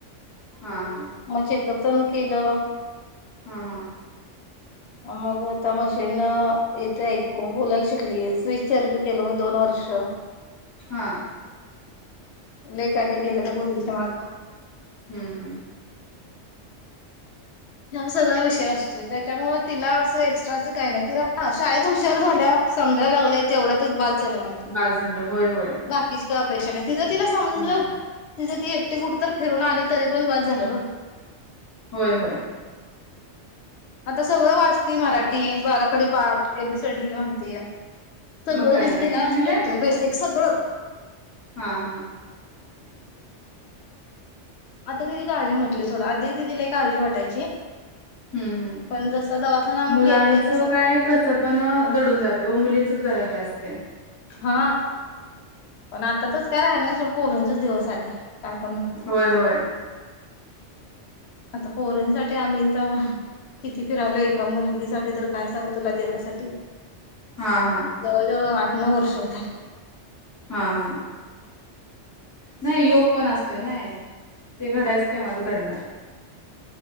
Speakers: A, on the left (about 20°); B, on the left (about 70°).
A: हा
B: मग चेकअप पण केलं.
A: हा हा
B: मग आता मशीन येथे ऐकू बोलायला शिकली आहे स्विच थेरपी केल मी दोन वर्ष
A: हा
B: लेकााच गेल्या तर भर्गीच माग
A: हम्म हम्म
B: ह्या सगळा विषय असतो त्याच्यामुळेळ तिला असं एक्स्ट्राच काय नाही तिला शाळेत हुशार झाल्या समजायला लागलेत तेवढाच बाद झाल मला
A: पास झालं होय होय
B: बाकीची काय अपेक्षा नाही तिथं तिला समजलं
A: नाही
B: तिच्या ती एकटे कुठ तर फिरून आ तरी पण ब झालं ग
A: होय होय
B: आता सगळं वाचते मराठी बाराखडी पाठ एबीसीडी म्हणती सगळं
A: मग काय
B: तिथं
A: नाही
B: तिला
A: कितवीला
B: येतय
A: आहे
B: बेस एक सगळं
A: हा हा
B: आता तिझी काळजी म्हटली थोडं आधी तिीला एक काळजी वाटायची
A: हम् हम्
B: पण जसा दवाखाना आम्ही
A: मुलांचं
B: केलोय तसं
A: काय कस पण दडून जाते व मुलींचच जरा हे असते
B: हा पण आता तच काय राहा नाही सड पोरंचच दिवस आले काय पण होईल
A: होय होय
B: आता पोहरींसाठी आम्ही तर किती फिरालो का मुलगीसाठी तर काय सांगू तुला देरासाठी
A: हा हा
B: जवळजवळ आठ नऊ वर्ष होताले
A: हा हा नाही योग पण असतोय नाही ते घडायच केव्हाच घडणार